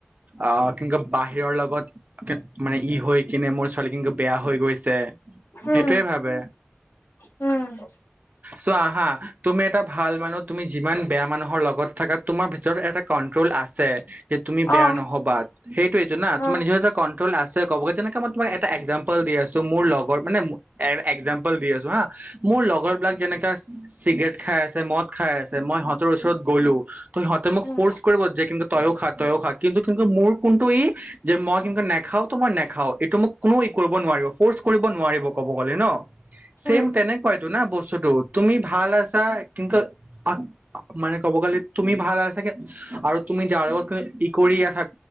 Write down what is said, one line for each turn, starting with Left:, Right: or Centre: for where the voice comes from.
Right: অঁ কেনেকুৱা, বাহিৰৰ লগত মানে ই হৈ কিনে মোৰ ছোৱালী কিনু বেয়া হৈ গৈছে,
Left: উম
Right: সেইটোৱেই ভাবে।
Left: উম
Right: চোৱা আহা তুমি এটা ভাল মানুহ তুমি যিমান বেয়া মানুহৰ লগত থাকা তোমাৰ ভিতৰত এটা কন্ট্ৰল আছে। যে তুমি বেয়া
Left: অ
Right: নহবা সেইটোৱে টো না তোমাৰ
Left: অ
Right: নিজৰ এটা কন কনটোল আছে ক'ব যেনেকে মই তোমাক এটা একযাম্পুল দি আছো, মোৰ লগৰ মানে একজাম্পুল দি আছো হা মোৰ লগৰ বিলাক যেনে চিগেৰেট খাই আছে মদ খাই আছে মই সিহঁতৰ ওচৰত গ'লো ত সিহঁতে মোক
Left: উম
Right: ফ'ৰ্চ কৰিব যে কিন্তু তইয়ো খা তইয়ো খা কিন্তু কিন্তু মোৰ, কোনটো ই, যে মই কিন্তু নেখাও ত মই নেখাও এইটো মোক কোনো ই কৰিব নোৱাৰিব ফৰ্চ কৰিব নোৱাৰিব ক'ব গ'লে ন চেম
Left: উম
Right: তেনেকুৱায় তো না বস্তু। ছোতো তুমি ভাল আছা কিন্তু আ মানে ক'ব গ'লে তুমি ভাল আছা আৰু তুমি যাৰ লগত তুমি মই কৰি থাক